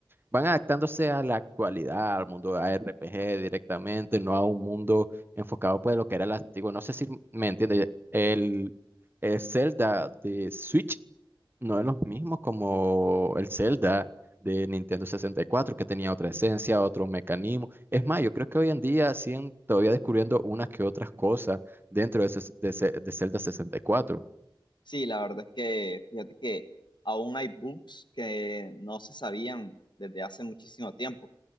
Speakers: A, on the right (about 25°); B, on the left (about 60°).
A: van adaptándose a la actualidad, al mundo de RPG directamente, no a un mundo enfocado pues lo que era el antiguo. No sé si me entiende. El, el Zelda de Switch no es lo mismo como el Zelda de Nintendo 64, que tenía otra esencia, otro mecanismo. Es más, yo creo que hoy en día siguen todavía descubriendo unas que otras cosas dentro de, ese- de ese- de Zelda 64.
B: Sí, la verdad es que fíjate que aún hay bugs que no se sabían desde hace muchísimo tiempo.